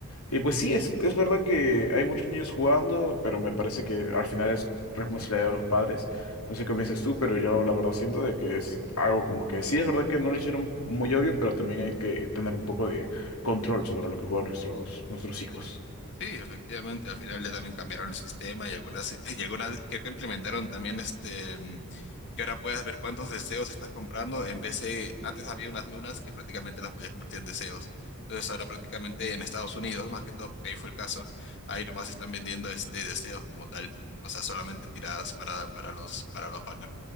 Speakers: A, on the left; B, on the left.
A: Y pues sí, es, es verdad que hay muchos niños jugando, pero me parece que al final es responsabilidad de los padres. No sé qué me dices tú, pero yo la verdad siento de que es algo como que sí, es verdad que no lo hicieron muy obvio, pero también hay que tener un poco de control sobre lo que juegan nuestros, nuestros hijos.
B: Sí, efectivamente, al final le también cambiaron el sistema y algunas, <laughs> y algunas creo que implementaron también este. que ahora puedas ver cuántos deseos estás comprando, en vez de, antes había unas lunas que prácticamente las podías convertir en deseos. Entonces ahora prácticamente en Estados Unidos, más que todo, porque ahí fue el caso, ahí nomás están vendiendo este deseos como tal, o sea, solamente tiradas para, para los, para los banners.